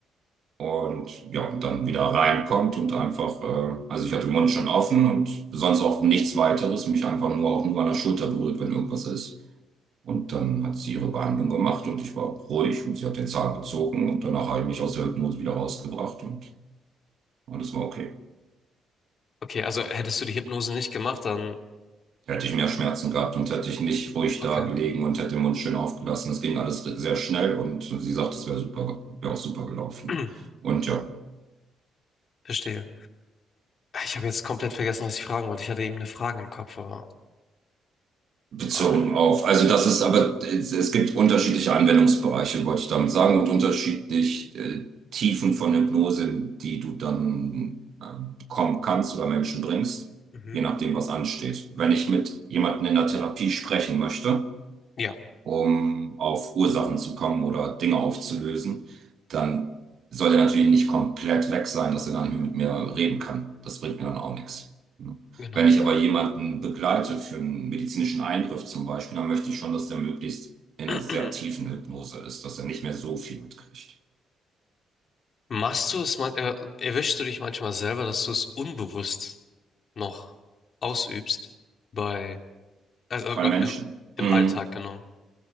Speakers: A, on the right (about 65°); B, on the left (about 50°).
A: Und ja, und dann wieder reinkommt und einfach, äh, also ich hatte den Mund schon offen und sonst auch nichts weiteres, mich einfach nur auch nur an der Schulter berührt, wenn irgendwas ist. Und dann hat sie ihre Behandlung gemacht und ich war ruhig und sie hat den Zahn gezogen und danach habe ich mich aus der Hypnose wieder rausgebracht und alles war okay.
B: Okay, also hättest du die Hypnose nicht gemacht, dann
A: Hätte ich mehr Schmerzen gehabt und hätte ich nicht ruhig da
B: okay,
A: gelegen und hätte den Mund schön aufgelassen. Es ging alles sehr schnell und sie sagt, es wäre super, wäre auch super gelaufen.
B: <clears throat>
A: Und ja,
B: verstehe. Ich habe jetzt komplett vergessen, was ich fragen wollte. Ich hatte eben eine Frage im Kopf, aber
A: bezogen
B: ah,
A: auf. Also das ist aber, es, es gibt unterschiedliche Anwendungsbereiche, wollte ich damit sagen, und unterschiedlich äh, Tiefen von Hypnose, die du dann ähm, bekommen kannst oder Menschen bringst,
B: mhm.
A: je nachdem, was ansteht. Wenn ich mit jemandem in der Therapie sprechen möchte,
B: Ja,
A: um auf Ursachen zu kommen oder Dinge aufzulösen, dann soll er natürlich nicht komplett weg sein, dass er gar nicht mehr mit mir reden kann. Das bringt mir dann auch nichts.
B: genau.
A: Wenn ich aber jemanden begleite für einen medizinischen Eingriff zum Beispiel, dann möchte ich schon, dass der möglichst in
B: <clears throat>
A: einer sehr tiefen Hypnose ist, dass er nicht mehr so viel mitkriegt.
B: Machst du es man äh, erwischst du dich manchmal selber, dass du es unbewusst noch ausübst bei also äh,
A: Bei Menschen.
B: im, im
A: Mm,
B: Alltag, genau.